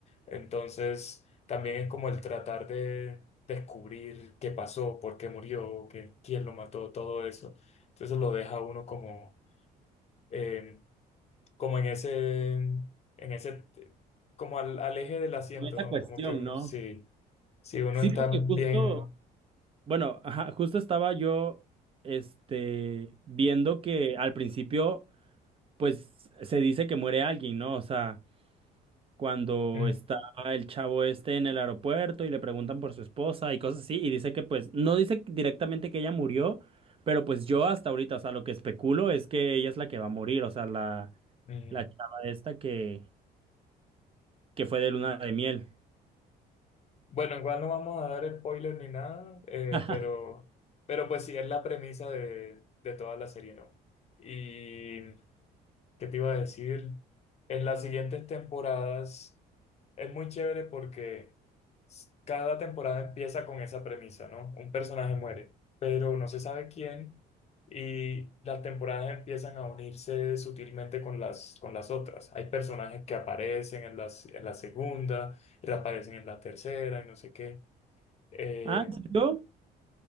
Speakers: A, on the left; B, on the right.
A: Entonces, también es como el tratar de descubrir qué pasó, por qué murió, qué, quién lo mató, todo eso. Entonces lo deja a uno como... em, como en ese, en ese, eh, como al, al eje del asiento,
B: Con Esa
A: ¿no?
B: cuestión,
A: Como que uno,
B: ¿no?
A: sí, si uno
B: Sí,
A: está
B: porque justo,
A: bien.
B: bueno, ajá, justo estaba yo este viendo que al principio pues se dice que muere alguien, ¿no? O sea, cuando
A: mm,
B: está el chavo este en el aeropuerto y le preguntan por su esposa y cosas así, y dice que pues no dice directamente que ella murió, pero pues yo hasta ahorita, o sea, lo que especulo es que ella es la que va a morir, o sea, la,
A: mm.
B: la chava esta que, que fue de luna de miel.
A: Bueno, igual no vamos a dar spoiler ni nada, eh,
B: <laughs>
A: pero, pero pues sí, es la premisa de, de toda la serie, ¿no? Y, ¿qué te iba a decir? En las siguientes temporadas. Es muy chévere porque s- cada temporada empieza con esa premisa, ¿no? Un personaje muere, pero no se sabe quién y las temporadas empiezan a unirse sutilmente con las, con las otras. Hay personajes que aparecen en las, en la segunda, reaparecen en la tercera y no sé qué. Eh,
B: Ah, ¿en serio?